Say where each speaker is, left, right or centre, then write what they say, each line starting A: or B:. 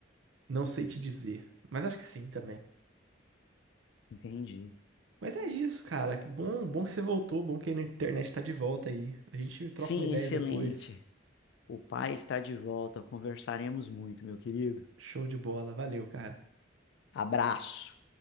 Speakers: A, on the right; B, on the left.
A: não sei te dizer. Mas acho que sim também.
B: Entendi.
A: Mas é isso, cara. Que bom, bom que você voltou, bom que a internet tá de volta aí. A gente troca
B: Sim,
A: uma ideia
B: excelente.
A: depois.
B: O pai está de volta. Conversaremos muito, meu querido.
A: Show de bola. Valeu, cara.
B: Abraço.